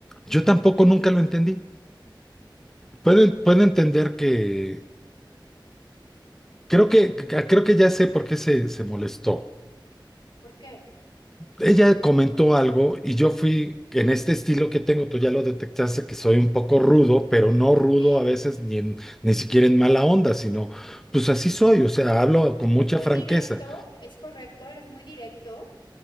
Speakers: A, in the centre; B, on the left (about 70°).
A: Yo tampoco nunca lo entendí. Puedo, puedo entender que, creo que, creo que ya sé por qué se, se molestó.
B: ¿Por qué?
A: Ella comentó algo y yo fui en este estilo que tengo, tú ya lo detectaste, que soy un poco rudo, pero no rudo
B: Sí,
A: a veces ni, en- ni siquiera en mala onda, sino pues así soy, o sea, hablo con
B: eres
A: mucha
B: muy
A: franqueza.
B: directo, es correcto, eres muy directo